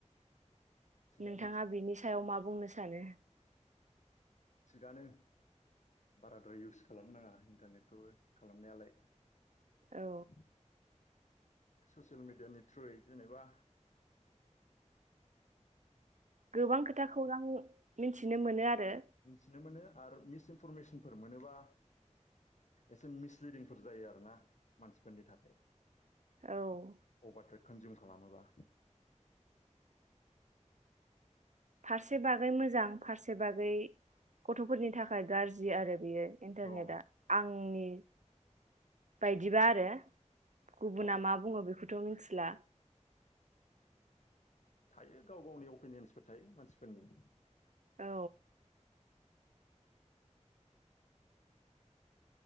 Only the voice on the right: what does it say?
नोंथाङा बिनि सायाव मा बुंनो सानो
औ
गोबां खोथा खौरां मिनथिनो मोनो आरो
औ
फारसे बागै मोजां फारसे बागै गथ'फोरनि थाखाय गाज्रि आरो बियो इन्टारनेटआ
आंनि बायदिबा आरो गुबुना
मा बुङो बेखौ थ' मिनथिला
औ